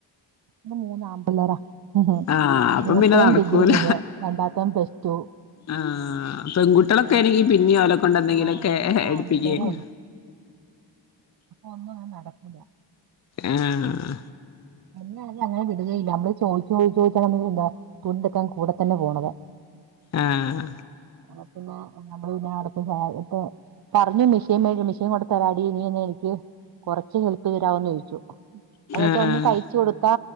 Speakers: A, on the right; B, on the left.
A: മ മൂന്ന് ആമ്പല്ലോറ ഉ
B: ആഹ് അപ്പം
A: മൂത്തം
B: പിന്നെ നടക്കൂല
A: ഡിഗ്രി കഴിഞ്ഞു രണ്ടാമത്ത പ്ലസ്ടു
B: ആഹ പെൺകുട്ടളൊക്ക ആണെങ്കിൽ പിന്നെയല കൊണ്ട എന്തെങ്കിലൊക്കെ
A: ആ മൂന്ന്
B: എടുപ്പിക്കെനി.
A: ആമ്പിള്ളേരേ ഒന്നു അങ് നടക്കൂല
B: ഏഹ്‌.
A: എന്ന അങ്ങനെ വിടുകയില്ല നമ്മള് ചോദിച്ചു ചോയിച്ച ചോദിച്ചാൽ നമ്മ വിട. കൂണെടുക്കാൻ കൂടെ തന്നെ പോണതാ
B: ആഹ്
A: <unintelligible> നമ്മള് പിന്നെ <inaudible> പറഞ്ഞു മെഷീൻ മേ മെഷീൻ കൊടുത്തരാടി നിയൊന്ന് എനിക്ക് കൊറച്ച് ഹെൽപ്പ് തരവോന്ന് ചോദിച്ചു അത് വെച്ച
B: ആഹ്
A: ഒന്ന് തയ് ച്ച് കൊടുത്താ